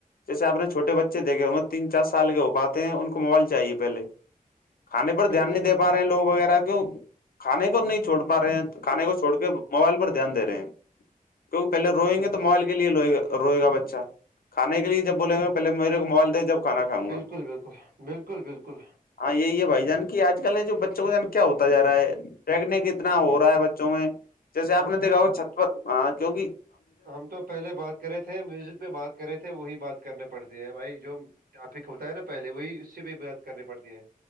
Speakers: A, on the left; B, on the right.
A: جیسے آ نے چھوے بچ دیکھے گ تین چار سال کے ہو پاتے ہیں ان کو موبائل چاہیے پہلے کھانے پر
B: بالکل
A: دھیان نہیں
B: بالکل
A: دے پا رہے ہیں لوگ وغیرہ کی کھانے کو نہیں چھوڑ پا رہے ہیں تو کھانے کو چھوڑ کے موبائل پر دھیانے رہے ہیں کیکہے رئیںے
B: بالکل بالکل
A: تو مبائل کے لیے لوا روئےا بچہ کھے کے لیے جب بولیں گے پہلے میرے کو موبائل دے جب کھانا کھاؤں
B: بالکل
A: گا
B: بالکل بالکل بالکل
A: ہاں یہی ہے بھائی جان کی آج کل ہے جو بچوں کا جان کیا ہوتا جا رہا ہے ٹیکنک اتنا ہو رہا ہے بچوں میں جیسے
B: ہم
A: آپ نے دیکھا
B: تو
A: ہو چھت پن ہاں کیوںکہ
B: ہم تو پہلے بات کرے تھے میوزک پہ بات کرے تھے وہی بات کرنی پڑتی ہے بھائی جو ٹافک ہوتا ہے نا پہلے وہی اس سے بھی بات کرنی پڑتی ہے